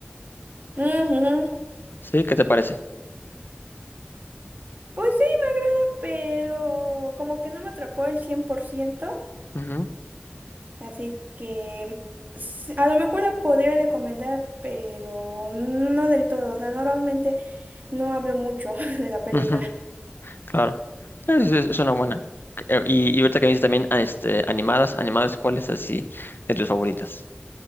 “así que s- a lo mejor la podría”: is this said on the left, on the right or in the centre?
Right